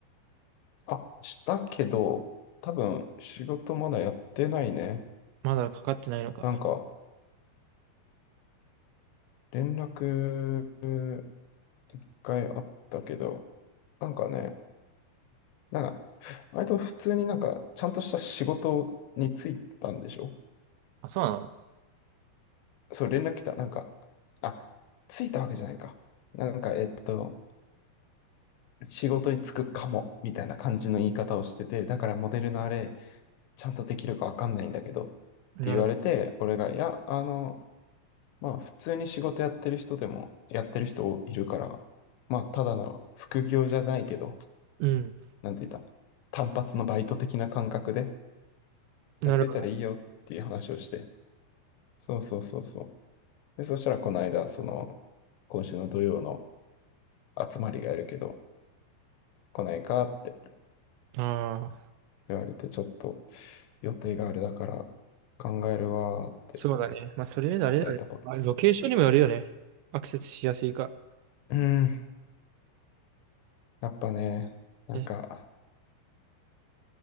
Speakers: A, on the left; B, on the right.
A: あ、したけど、多分仕事まだやってないね。
B: まだかかってないのか。
A: なんか連絡一回あったけど、なんかね、なんか、割と普通になんかちゃんとした仕事に就いたんでしょ
B: あ、そうなの
A: そう、連絡来た。なんか、あ、着いたわけじゃないか。なんか、えっと、仕事に就くかも、みたいな感じの言い方をしてて、だからモデルのあれ、ちゃんとできるかわかんないんだけど、って言われて、
B: なるほど。
A: 俺が、いや、あの、まあ普通に仕事やってる人でもやってる人いるから、まあただの副業じゃないけど、
B: うん。
A: なんて言った、単発のバイト的な感覚で
B: なるほど。
A: やっといたらいいよっていう話をして、そうそうそうそう。で、そしたらこの間、その、今週の土曜の集まりがいるけど、来ないかって
B: ああ、
A: 言われて、ちょっと予定があれだから考えるわーって
B: そうだね。まあ、とりあえずあれだね。
A: 答えたばっかり。
B: まあ、ロケーションにもよるよね。アクセスしやすいか。
A: うーん、やっぱね、なんか
B: え、